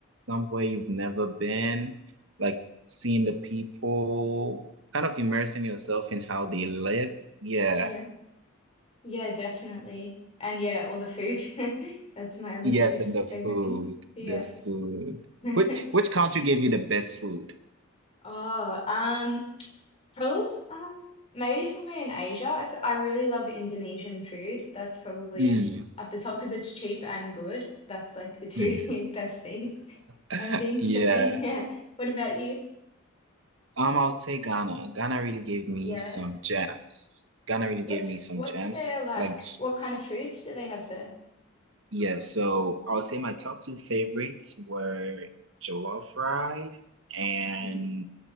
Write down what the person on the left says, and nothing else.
Yeah,
yeah, yeah, definitely. And yeah, all the food. <laughs> That's my other
biggest
favorite thing. Yeah.
<laughs>
Oh, um, probably s- uh, maybe somewhere in Asia. I fe- I really love Indonesian food. That's probably
up the top because it's cheap and good. That's like the two
<laughs> best things
I think
for me. <laughs> Yeah. What about you?
Yeah.
What's
what's
their like?
What kind of foods do they have there?
hmm